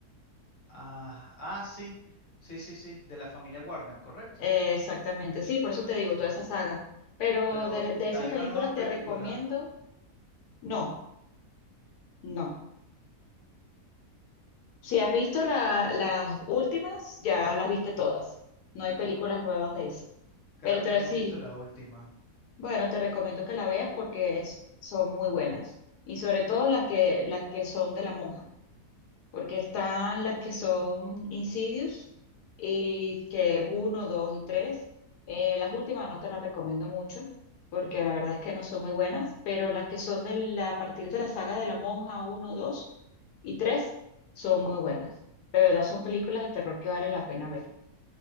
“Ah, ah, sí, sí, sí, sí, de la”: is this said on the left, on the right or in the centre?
Left